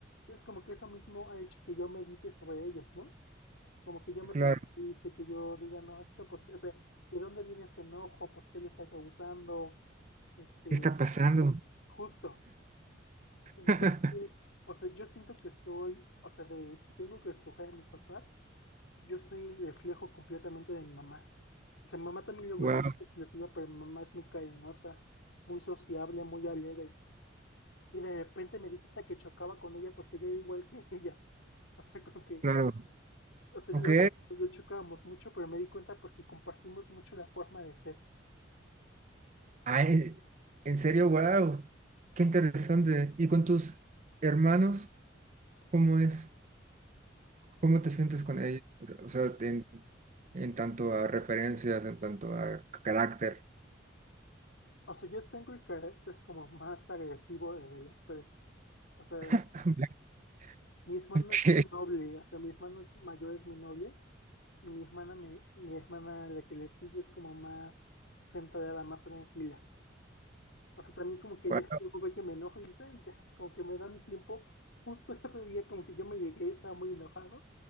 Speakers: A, on the left; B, on the right.
A: Es como que eso mismo ha hecho que yo medite sobre ellos, ¿no? Como que yo me
B: claro.
A: tranquilice, que yo diga, no, esto porque, o sea, ¿de dónde viene este enojo? ¿Por qué lo está causando? Este,
B: ¿Qué está pasando?
A: justo. Entonces,
B: <laughs>
A: o sea, yo siento que soy, o sea, de si tengo que escoger a mis papás, yo soy el reflejo completamente de mi mamá. O sea, mi mamá también luego
B: Wow.
A: es muy explosiva, pero mi mamá es muy cariñosa, muy sociable, muy alegre. Y de repente me di cuenta que chocaba con ella porque yo era igual que ella. <laughs> O sea, como que
B: Claro,
A: O sea,
B: ok.
A: luego yo chocábamos mucho, pero me di cuenta porque compartimos mucho la forma de ser.
B: Ay, en serio, wow. Qué interesante. ¿Y con tus hermanos, cómo es? ¿Cómo te sientes con ellos? O sea, en, en tanto a referencias, en tanto a carácter.
A: O sea, yo tengo el carácter como más agresivo de, de los tres. O sea, de-
B: <laughs>
A: mi hermano
B: Ok,
A: es muy noble, o sea, mi hermano es mayor es muy noble, y mi hermana, me, mi hermana la que le sigue es como más centrada, más tranquila. O sea, también como que
B: guau,
A: ya luego ve que me enojo y dice, "Ay, ya, como que me da mi tiempo. Justo el otro día como que yo me llegué, estaba muy enojado